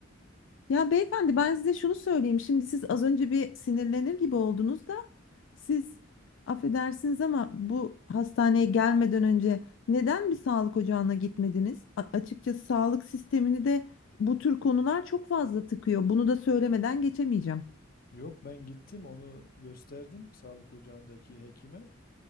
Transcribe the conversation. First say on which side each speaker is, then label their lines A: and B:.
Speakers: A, on the left (about 65°); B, on the left (about 45°).
A: Ya beyefendi ben size şunu söyleyeyim. Şimdi siz az önce bir sinirlenir gibi oldunuz da siz affedersiniz ama bu hastaneye gelmeden önce neden bir sağlık ocağına gitmediniz? A- açıkçası sağlık sistemini de bu tür konular çok fazla tıkıyor. Bunu da söylemeden geçemeyeceğim.
B: Yok ben gittim onu gösterdim sağlık ocağındaki hekime.